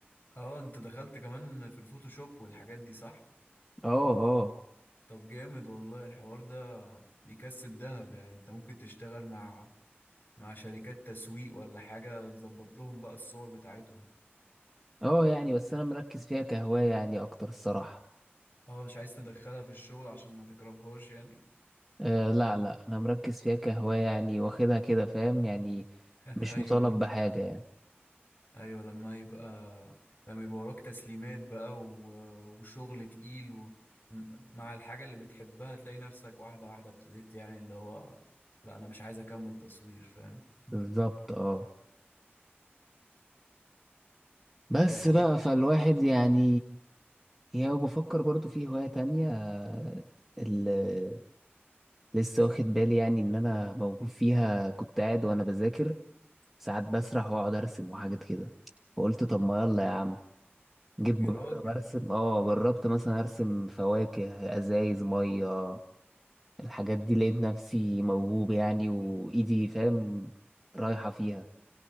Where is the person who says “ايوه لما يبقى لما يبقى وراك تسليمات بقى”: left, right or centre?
Left